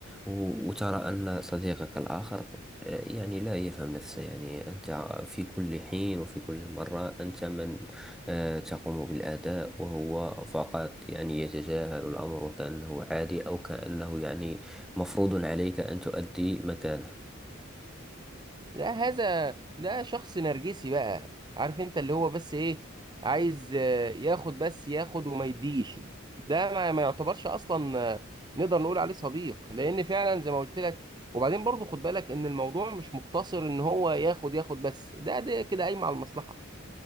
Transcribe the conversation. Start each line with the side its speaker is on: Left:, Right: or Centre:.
Centre: و- وترى أن صديقك الآخر آه، يعني لا يفهم نفسه يعني أنت في كل حين وفي كل مرة أنت من آه، تقوم بالأداء وهو فقط يعني يتجاهل الأمر وكأنه عادي أو كأنه يعني مفروض عليك أن تؤدي مكانه
Right: لا هذا ده شخص نرجسي بقى عارف انت اللي هو بس ايه عايز آه، ياخد بس ياخد وما يديش ده ما, ما يعتبرش اصلا آه، نقدر نقول عليه صديق لان فعلا زي ما قلت لك وبعدين برضو خد بالك ان الموضوع مش مقتصر ان هو ياخد ياخد بس ده ده كده قايم على المصلحة